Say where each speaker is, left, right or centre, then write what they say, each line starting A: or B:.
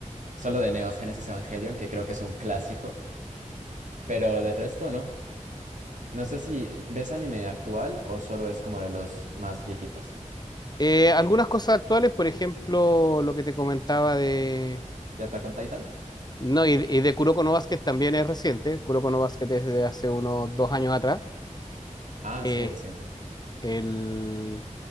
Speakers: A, on the right (about 70°); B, on the left (about 30°).
A: Solo de Neo Neogénesis Evangelion, que creo que es un clásico, pero de resto no. No sé si ves anime actual o solo es como de los más viejitos.
B: Eh, algunas cosas actuales, por ejemplo, lo que te comentaba de...
A: ¿De Attack on Titan?
B: No, y, y de Kuroko no Basket también es reciente. Kuroko no Basket es de hace unos dos años atrás.
A: Ah,
B: Eh,
A: sí, reciente.
B: el...